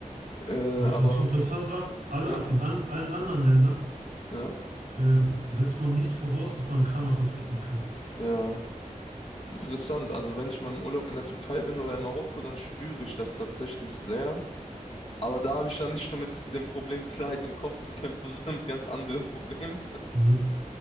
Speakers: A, on the left; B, on the right.
A: Äh,
B: Was
A: aber
B: ich interessant war, aller,
A: ja,
B: in an, allen anderen Ländern
A: ja,
B: ähm, setzt man nicht voraus, dass man Kranwasser trinken kann.
A: ja. Interessant. Also wenn ich mal im Urlaub in der Türkei bin oder in Marokko, dann spüre ich das tatsächlich sehr. Aber da habe ich dann nicht nur mit dem Problem Klarheit im Kopf zu kämpfen, <laughs> sondern mit ganz anderen Problemen.
B: Ne?